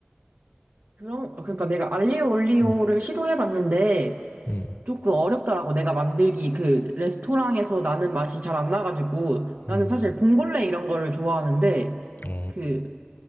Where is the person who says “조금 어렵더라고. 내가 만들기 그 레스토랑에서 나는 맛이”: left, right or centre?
Right